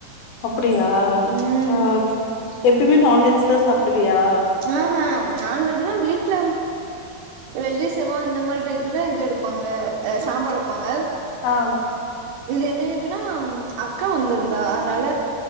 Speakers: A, on the left; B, on the right.
A: அப்படியா
B: ம்
A: ஆ எப்பயுமே நான்வெஜ் தா சாப்பிடுவியா
B: ஆ ஆ நான் வெஜினா மீன் வீட்டுல வெள்ளி செவ்வா அந்த மாரி டயத்துல இது எடுப்பாங்க ஆ சாம்பார் வெப்பாங்க
A: ஆ
B: இது என்ன இருக்குன்னா அக்கா வந்திருந்தா அதனால